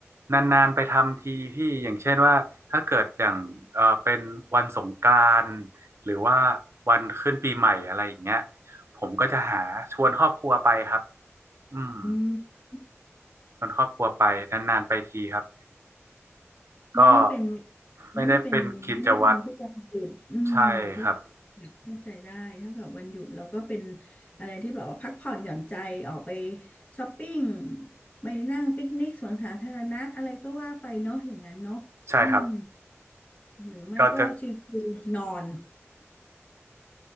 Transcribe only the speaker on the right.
นานๆไปทำทีพี่อย่างเช่นว่าถ้าเกิดอย่างเออเป็นวันสงกรานต์หรือว่าวันขึ้นปีใหม่อะไรอย่างเงี้ยผมก็จะหาชวนครอบครัวไปครับอืม
ชวนครอบครัวไปนานๆไปทีครับก็
ไม่ได้เป็นกิจวัตร
ใช่ครับ
ใช่ครับ
ก็จะ